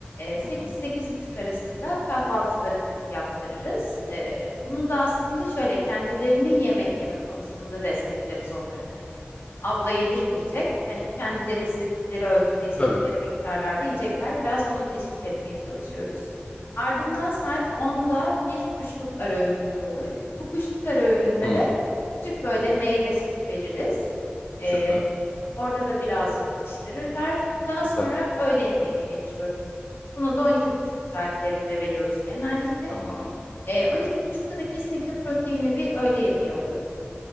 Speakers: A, on the left; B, on the left.
A: sekiz
B: Hı hı.
A: sekiz buçuk arasında kahvaltılarını yaptırırız. Eee, bunu da aslında şöyle kendilerinin yemek yeme konusunda destekleriz onları. Hani abla yedirmeyecek. Hani kendileri istedikleri ölçüde, istedikleri
B: Tabii.
A: miktarlarda yiyecekler. Biraz bunu teşvik etmeye çalışıyoruz. Ardından saat onda bir kuşluk ara öğünümüz olur. Bu kuşluk ara öğününde
B: Hı.
A: de küçük böyle meyve süt veririz. Ee,
B: Süper.
A: orada da birazcık atıştırırlar. Daha
B: Süper.
A: sonra öğle yemeğine geçiyoruz. Bunu da on iki buçuk saatlerinde veriyoruz genellikle.
B: Tamam.
A: Ee, on iki buçukta da kesinlikle proteinli bir öğle yemeği olur.